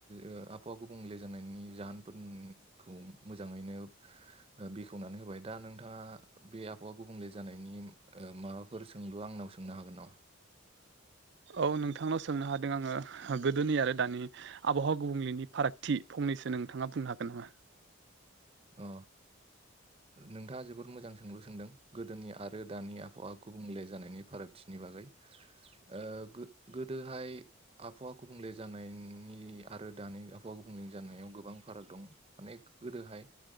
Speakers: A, on the right (about 25°); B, on the right (about 55°).
A: ओ आबहावा गुबुंले जानायनि जाहोनफोर खौ मोजाङैनो बेखेवनानै होबाय। दा नोंथाङा बे आबहावा गुबुंले जानायनि माबाफोर सोंलु आंनाव सोंनो हागोन नामा?
B: औ नोंथांनाव सोंनो हादों आङो गोदोनि आरो दानि आबहाव गुबुंलेनि फारागथि फंनैसो नोंथाङा बुंनो हागोन नामा?
A: अ नोंथाङा जोबोद मोजां सोंलु सोंदों गोदोनि आरो दानि आबहावा गुबुंले जानायनि। फारागथिनि बागै ओ गोदोहाय आबहावा गुबुंले जानायनि आरो दानि आबहावा गुबुंले जानायाव गोबां फाराग दं। माने गोदोहाय